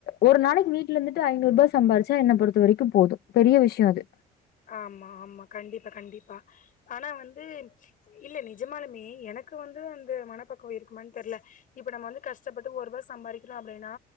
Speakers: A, on the left; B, on the left.
A: ஒரு நாளைக்கு வீட்டு வீடல இருந்துட்டு ஐநூறு ரூபா சம்பிச்சா என்னை பொறுத்த வரைக்கும் போதும் பெரிய விஷயம் அது
B: ஆமா ஆமா கண்டிப்பா கண்டிப்பா ஆனா வந்து இல்ல நிஜமானாலுமே எனக்கு வந்து அந்த மனப்பக்கவம் இருக்குமனு தெரியல இப்ப நம்ம வந்து கஷ்டப்பட்டு ஒருப சம்பாதிக்கிறோம் அப்படின்னா